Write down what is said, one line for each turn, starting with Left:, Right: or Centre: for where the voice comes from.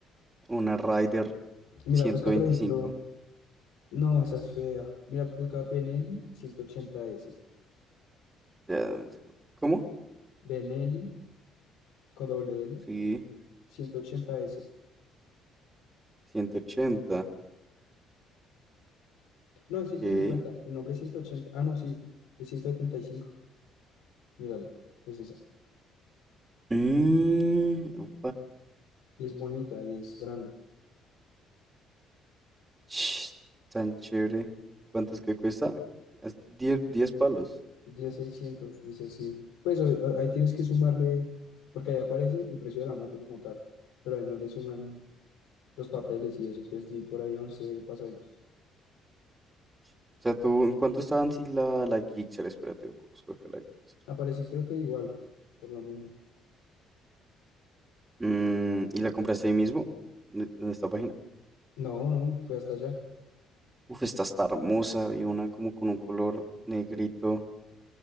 Right: una Rider
Left: Mira,
Right: ciento
Left: busca,
Right: veinticinco
Left: por ejemplo, no, esa es fea. Mira, busca Benelli ciento ochenta s
Right: ya, dame un segundo, ¿cómo?
Left: Benelli con doble L
Right: Sí,
Left: ciento ochenta s
Right: ciento ochenta
Left: No,
Right: ok.
Left: es ciento cincuenta El nombre es ciento ochenta Ah, no, sí, es ciento setenta y cinco Mírala, es esa.
Right: Mmm,
Left: Y es bonita y es grande.
Right: Ch, Tan chévere. ¿Cuánto es que cuesta? Es diez 10 palos.
Left: diez seiscientos dice sí. Pues o- o- ahí tienes que sumarle, porque ahí aparece el precio de la moto como tal, pero ahí no le suman. los papeles y eso, entonces di por ahí 11 pasaditos.
Right: O sea, tú, ¿en cuánto estaban si la, la Gixxer? Espérate, busco acá la Gixxer.
Left: Aparecí creo que igual, por lo mismo.
Right: Mm, ¿y la compraste ahí mismo? ¿En en esta página?
Left: No, no, fue hasta allá.
Right: Uf, esta está hermosa. Y una como con un color negrito